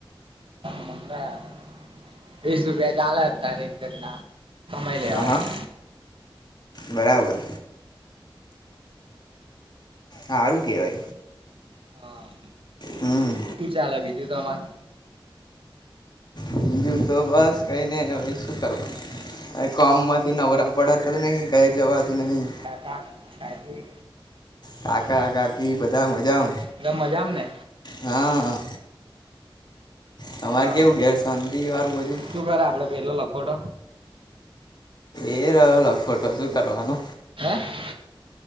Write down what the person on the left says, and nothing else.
હા બરાબર હારું કેવાય
હમ્મ
બીજું તો બસ કઈ નઈ હવે શું કરવાનું આ કોમત કે નવરા પડતું નહીં કહે જવાતું નહીં
કાકા કાકી બધા મજા
હા હ તમારે
કેવું ઘેર શાંતિ વારું બધું
એ રહ્યો લખોટો શું કરવાનો